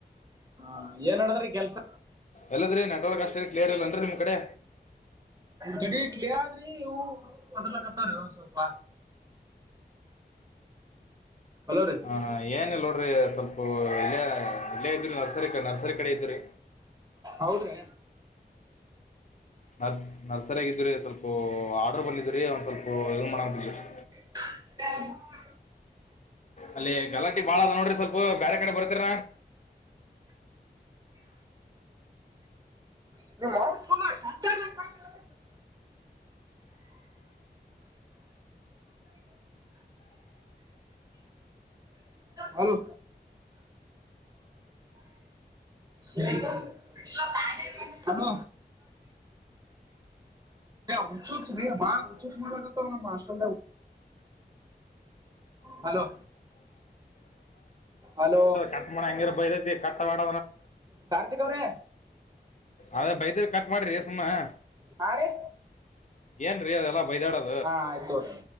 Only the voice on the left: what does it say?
ಎಲ್ಲದ್ರೀ ನೆಟ್ರ್ಕ್ ಅಷ್ಟೇ ಕ್ಯರ್ಲ್ಲನ್ರಿ ನಿಮ್ ಕಡೆ
ಹ ಏನ್ ನೋಡ್ರಿ ಸ್ವಲ್ಪ ಇಲ್ಲೇ ಇಲ್ಲೇ ಇದ್ರರಿ ನರ್ಸರಿ ಕ ನರ್ಸರಿ ಕಡೆ ಇದ್ರರಿ
ನರ್ಸ್ ನರ್ಸರಿಯಾಗಿದ್ರೀ ಸ್ವಲ್ಪ ಆರ್ಡ್ರ್ ಬಂದಿದ್ದ್ರೀ ಒಂದು ಸ್ವಲ್ಪ ಇದು ಮಾಡೋದಿಲ್ಲ ರೀ
ಅಲ್ಲಿ ಗಲಾಟಿ ಬಾಳ ಅದ ನೋಡ್ರಿ ಸ್ವಲ್ಪ ಬೇರೆ ಕಡೆ ಬರ್ತೀರ
ಕಟ್ ಮಾಡ ಹಂಗಿರ ಬೈಲೈತಿ ಕಟ್ಟ ಮಾಡ
ಅದ ಬೈದ್ರ ಕಟ್ ಮಾಡಿರಿ ಸುಮಮ್ಮನೆ
ಏನ್ ರೀ ಅದೆಲ್ಲ ಬೈದಾಡ